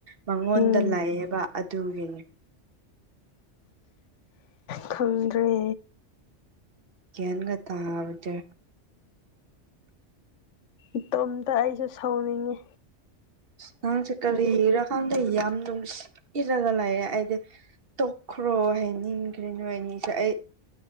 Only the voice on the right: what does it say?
ꯃꯉꯣꯟꯗ
ꯂꯩꯌꯦꯕ ꯑꯗꯨꯒꯤꯅꯤ
ꯒ꯭ꯌꯥꯟꯒ ꯇꯥꯔꯨꯗꯦ
ꯅꯪꯁꯦ ꯀꯔꯤꯒꯤꯔꯥ ꯈꯪꯗꯦ ꯌꯥꯝ ꯅꯨꯡꯁꯤꯔꯒ ꯂꯩꯥꯔꯦ ꯑꯩꯗꯤ ꯇꯣꯛꯈ꯭ꯔꯣ ꯍꯥꯏꯅꯤꯡꯒ꯭ꯔꯦ ꯅꯣꯏ ꯑꯅꯤꯁꯦ ꯑꯩ